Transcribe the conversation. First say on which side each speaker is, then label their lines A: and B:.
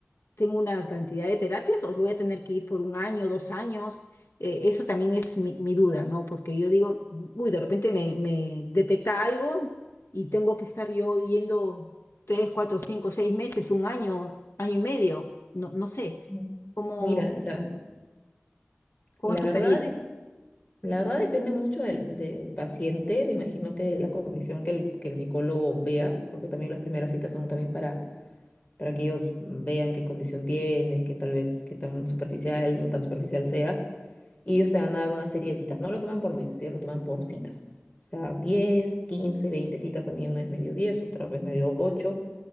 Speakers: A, on the left (about 75°); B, on the left (about 35°).
A: tengo una cantidad de terapias o voy a tener que ir por un año, dos años. Eh, eso también es mi, mi duda, ¿no? Porque yo digo, uy, de repente me, me detecta algo y tengo que estar yo yendo tres, cuatro, cinco, seis meses, un año, año y medio, no, no sé,
B: Ujú.
A: cómo,
B: Mira, la,
A: cómo
B: la
A: es tu
B: verdad,
A: experiencia.
B: de- la verdad depende mucho del, del paciente, me imagino que de la condición que el, que el psicólogo vea, porque también las primeras citas son también para, para que ellos vean qué condición tienes, que tal vez qué tan superficial, no tan superficial sea. y ellos te van a dar una serie de citas. No lo toman por meses, ellos lo toman por citas. O sea, 10 15 20 citas. A mí una vez me dio 10, otra vez me dio 8.